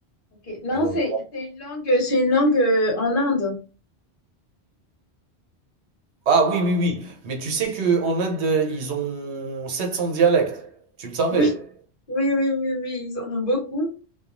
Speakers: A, on the left; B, on the right.
A: Ok. Non,
B: Euh,
A: c'est c'est une langue, c'est une langue euh, en Inde.
B: ah oui, oui, oui. Mais tu sais qu'en Inde, ils ont 700 dialectes. Tu le savais?
A: Oui, oui, oui, oui, oui, ils en ont beaucoup.